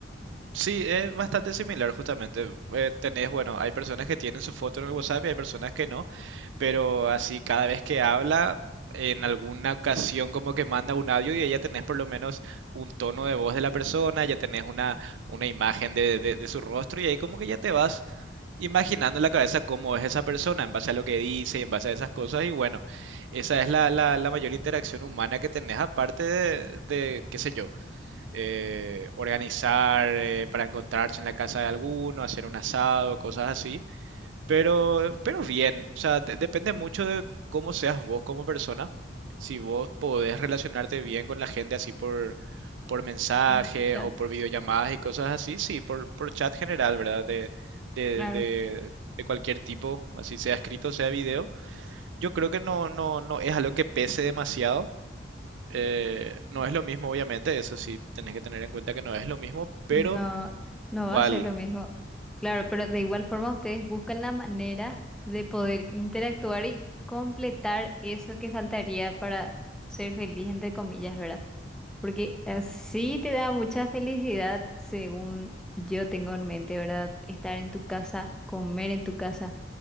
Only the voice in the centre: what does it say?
El chat,
claro.
No, no
va a ser lo mismo. Claro, pero de igual forma ustedes buscan la manera de poder interactuar y completar eso que faltaría para ser feliz, entre comillas, ¿verdad? Porque así te da mucha felicidad, según yo tengo en mente, ¿verdad? Estar en tu casa, comer en tu casa